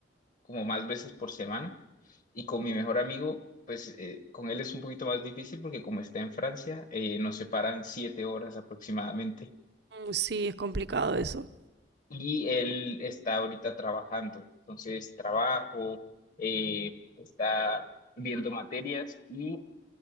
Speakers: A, on the left; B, on the right.
A: como más veces por semana. Y con mi mejor amigo, pues eh, con él es un poquito más difícil porque como está en Francia, eh, nos separan siete horas aproximadamente.
B: Sí, es complicado eso.
A: Y él está ahorita trabajando. Entonces, trabajo, eh, está viendo materias y